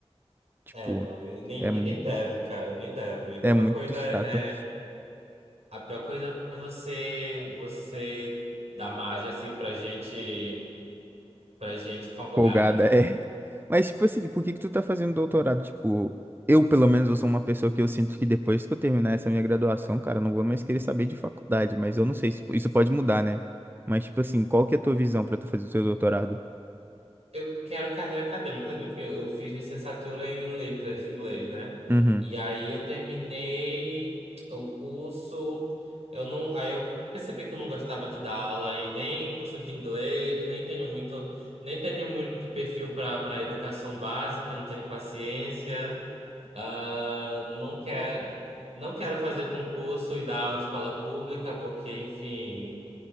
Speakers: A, on the right (about 20°); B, on the right (about 75°).
A: Tipo,
B: É, não, e nem,
A: é, mu-
B: e nem deve, cara, nem deve. A
A: é
B: pior
A: muito
B: coisa
A: chato.
B: é, é A pior coisa é você, você dar margem assim pra gente, pra gente folgada.
A: Folgada, é. Mas, tipo assim, por que que tu tá fazendo doutorado? Tipo, eu, pelo menos, eu sou uma pessoa que eu sinto que depois que eu terminar essa minha graduação, cara, eu não vou mais querer saber de faculdade, mas eu não sei, se isso pode mudar, né? Mas, tipo assim, qual que é a tua visão pra tu fazer o teu doutorado?
B: Eu quero carreira acadêmica. Enfim, eu fiz licenciatura em letras, em inglês, né?
A: Uhum.
B: E aí eu terminei o curso. Eu não, aí eu percebi que eu não gostava de dar aula em nem curso de inglês, nem tenho muito, nem tenho muito perfil para para educação básica, não tenho paciência. Ah, não quero, não quero fazer concurso e dar aula em escola pública, porque, enfim,